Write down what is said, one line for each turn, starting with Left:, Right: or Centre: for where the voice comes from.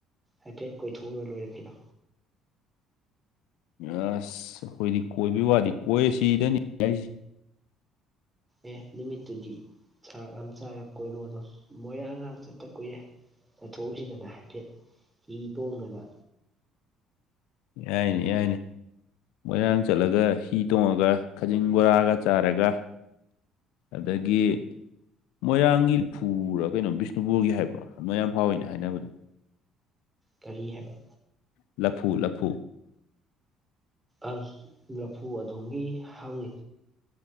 Right: ꯍꯥꯏꯐꯦꯠ ꯀꯣꯏꯊꯣꯛꯎꯔ ꯂꯣꯏꯔꯛꯈꯤꯅꯣ
Left: ꯑꯁ ꯑꯩꯈꯣꯏꯗꯤ ꯀꯣꯏꯕꯒꯤ ꯋꯥꯗꯤ ꯀꯣꯏꯔ ꯁꯤꯗꯅꯤ ꯍꯥꯏꯁꯦ
Right: ꯑꯦ ꯅꯨꯃꯤꯠꯇꯨꯗꯤ ꯊꯥꯛ ꯌꯥꯝ ꯆꯥꯏꯔꯒ ꯀꯣꯏꯔꯣꯗ ꯃꯣꯏꯔꯥꯡꯉꯥꯡ ꯆꯠꯇ ꯀꯨꯏꯔꯦ ꯆꯠꯊꯣꯛꯁꯤꯗꯅ ꯍꯥꯏꯐꯦꯠ ꯍꯤ ꯇꯣꯡꯗꯅ
Left: ꯌꯥꯏꯅꯦ ꯌꯥꯏꯅꯤ ꯃꯣꯏꯔꯥꯡ ꯆꯠꯂꯒ ꯍꯤ ꯇꯣꯡꯉꯒ ꯈꯖꯤꯡ ꯕꯣꯔꯥꯒ ꯆꯥꯔꯒ ꯑꯗꯒꯤ ꯃꯣꯏꯔꯥꯡꯒꯤ ꯐꯨꯔꯥ ꯀꯩꯅꯣ ꯕꯤꯁꯅꯨꯄꯨꯔꯒꯤ ꯍꯥꯏꯕ꯭ꯔꯣ ꯃꯣꯏꯌꯥꯝ ꯍꯥꯎꯏꯅꯦ ꯍꯥꯏꯅꯕꯗ
Right: ꯀꯔꯤ ꯍꯥꯏꯕ
Left: ꯂꯐꯨ ꯂꯐꯨ
Right: ꯑꯁ ꯂꯐꯨ ꯑꯗꯣꯝꯒꯤ ꯍꯪꯉꯤ